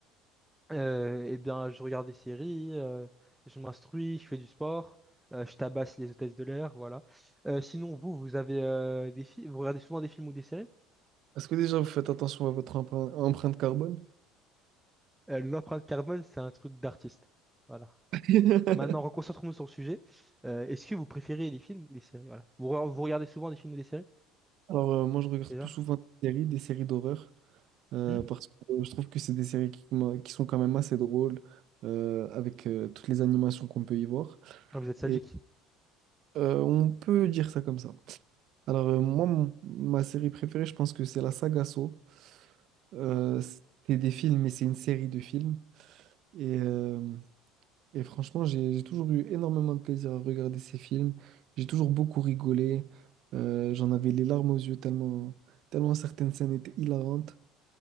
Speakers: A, in the centre; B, on the right.
A: Euh, eh bien, je regarde des séries, euh, je m'instruis, je fais du sport, euh, je tabasse les hôtesses de l'air, voilà. Euh, sinon, vous, vous avez euh, des films, vous regardez souvent des films ou des séries?
B: Est-ce que déjà vous faites attention à votre emprunt- empreinte carbone?
A: Euh, l'empreinte carbone, c'est un truc d'artiste. Voilà.
B: <laughs>
A: Maintenant, reconcentrons-nous sur le sujet. Euh, est-ce que vous préférez les films ou les séries? Voilà. Vous, re- vous regardez souvent des films ou des séries,
B: Alors, euh, moi, je regarde
A: déjà?
B: plus souvent des séries, des séries d'horreur, euh,
A: Hmm
B: parce que euh, je trouve que c'est des séries qui, m'a- qui sont quand même assez drôles, euh, avec euh, toutes les animations qu'on peut y voir.
A: Ah, vous êtes sadique.
B: Et euh, on peut dire ça comme ça. Alors, euh, moi, mon- ma série préférée, je pense que c'est la saga Saw. Euh, c'est des films, mais c'est une série de films. Et, euh, et franchement, j'ai j'ai toujours eu énormément de plaisir à regarder ces films. J'ai toujours beaucoup rigolé. Euh, j'en avais les larmes aux yeux tellement, tellement certaines scènes étaient hilarantes.